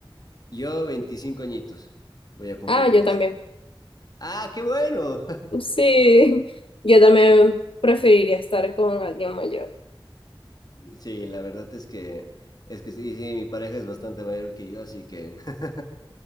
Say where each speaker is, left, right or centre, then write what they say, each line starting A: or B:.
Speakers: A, on the left; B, on the left.
A: Yo, 25 añitos, voy a cumplir
B: Ah,
A: veintiséis
B: yo también.
A: ¡Ah, qué bueno!
B: Sí, <laughs> yo también preferiría estar con alguien mayor.
A: <laughs> Sí, la verdad es que, es que sí, sí, mi pareja es bastante mayor que yo, así que... <laughs>